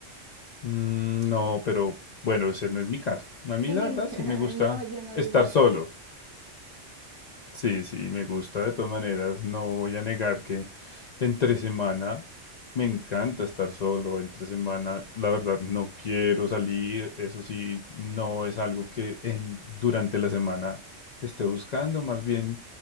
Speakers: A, on the left; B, on the right.
A: Mm, no, pero bueno, ese no es mi caso. A mí
B: Sí,
A: la verdad sí
B: <laughs>
A: me gusta
B: no, yo no
A: estar
B: digo eso.
A: solo. Sí, sí, me gusta de todas maneras. No voy a negar que entre semana me encanta estar solo. Entre semana, la verdad, no quiero salir. Eso sí, no es algo que en, durante la semana esté buscando. Más bien,